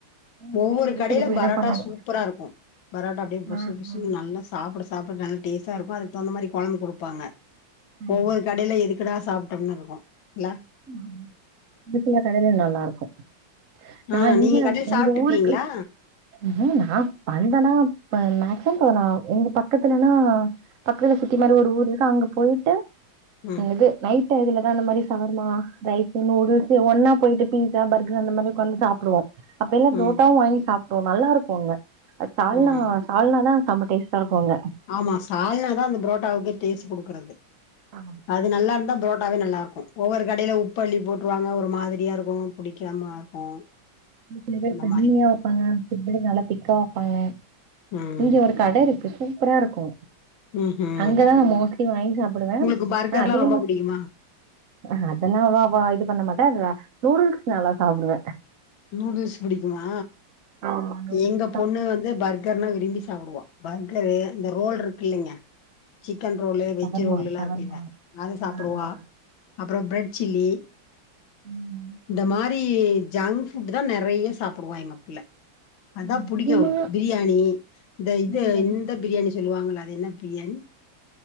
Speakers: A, on the right; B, on the left.
A: இனிமே
B: ஒவ்வொரு
A: எங்க வீட்டுக்கு
B: கடைல
A: போய்தா
B: பரா பரோட்டா
A: பண்ணணு
B: சூப்பரா இருக்கு பரோட்டா அப்டியே புஸ்சு
A: ஆ
B: புஸ்சுன்னு
A: ஆ
B: நல்லா சாப்புட சாப்புட நல்ல டேஸ்ட்டா இருக்கு அதுக்கு தகுந்த மாரி கொழம்பு குடுப்பாங்க
A: ஆமா
B: ஒவ்வொரு கடையில இதுக் எதுக்கடா சாப்ட்டம்னு இருக்கு இல்ல
A: ம் இதுக்குலா கடைல நல்லா இருக்கு நா
B: ஆ
A: இங்க
B: நீங்க கடையில
A: எங்க
B: சாப்ட்டுருக்கீங்களா
A: ஊருக்கு ம் நா பண்னேனா ம மக்சிமம் தோ நா உங்க பக்கத்துலனா பக்கத்துல சிட்டி மாரி ஒரு ஊர் இருக்கு அங்க போயிட்டு
B: ம்
A: இது நைட் டைத்துலதா அந்த மாரி சமைப் ஆமா ரைஸு நூடுல்ஸ்சு ஒன்னா போய்ட்டு பீஸ்ஸா பர்கர் அந்த மாரி உக்காந்து சாப்டுவோ அப்ப எல்லா ப்ரோட்டாவு
B: ம்
A: வாங்கி சாப்ட்டோ நல்லா இருக்கு அங்க சால்னா
B: ம்
A: சால்னாதா சம டேஸ்ட்டா இருக்கு அங்க
B: ஆமா சால்னாதா அந்த புரோட்டாவுக்கே டேஸ்ட் குடுக்கறது
A: ஆ,
B: அது நல்லா இருந்தா புரோட்டாவே நல்லாருக்கு ஒவ்வொரு கடையில உப்பள்ளி போட்ருவாங்க ஒரு மாதிரியா இருக்கு புடிக்காம இருக்கு
A: சில பேர்
B: அந்த
A: தண்ணியா
B: மாரி
A: வெப்பாங்க சில பேர் நல்லா திக்கா வெப்பாங்க
B: ம்
A: இங்க ஒரு கட இருக்கு சூப்பரா இருக்கு
B: ம்ஹும்
A: அங்கதா நா மோஸ்ட்லி வாங்கி சாப்புடுவ
B: உங்களுக்கு பர்கர்லா
A: நா அதிகமா
B: ரொம்ப புடிக்குமா
A: ஆ அதெல்லா அவ்வாவா இது பண்ண மாட்டா நூடுல்ஸ் நல்லா சாப்டுவ
B: நூடுல்ஸ் புடிக்குமா
A: ஆமா நூடுல்ஸ்
B: எங்க
A: தா
B: பொண்ணு வந்து பர் கர்னா விரும்பி சாப்டுவா பர்கரு இந்த ரோல் இருக்கில்லைங்க சிக்கன் ரோலு வெஜ்ஜூ
A: சவர்மா
B: ரோல்ல்லா
A: சவர்மா
B: இருக்குல்ல அது சாப்டுவா
A: ஆ ஆ
B: அப்றோ ப்ரெட் சில்லி
A: ம்
B: இந்த மாரி ஜங் ஃபுட்டுதா நெறையா சாப்புடுவா எங்க புள்ள அதா
A: அதிகமா
B: புடிக்கு அவுளுக்கு பீ பிரியாணி இந்த இது
A: ம்
B: இந்த பிரியாணி சொல்லுவாங்கல்ல அது என்ன பிரியாணி